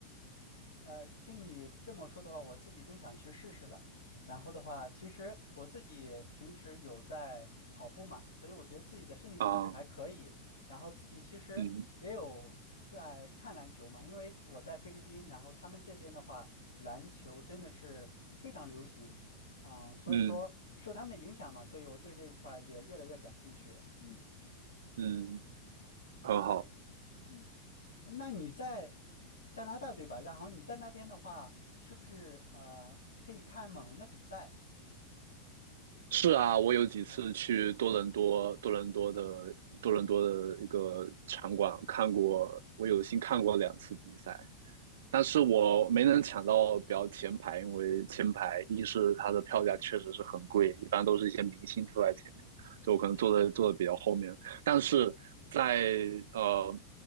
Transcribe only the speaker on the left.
呃，听你这么说的话，我自己都想去试试了。然后的话，其实我自己平时有在跑步嘛，所以我觉得自己的身体素质还可以。
然后自己其实也有在看篮球嘛，
因为我在菲律宾，然后他们这边的话，篮球真的是非常流行，嗯，所以说受他们的影响嘛，
所以我对这一块儿也越来越感兴趣。嗯
嗯。那你在加拿大对吧？然后你在那边的话，是不是呃可以看猛龙的比赛？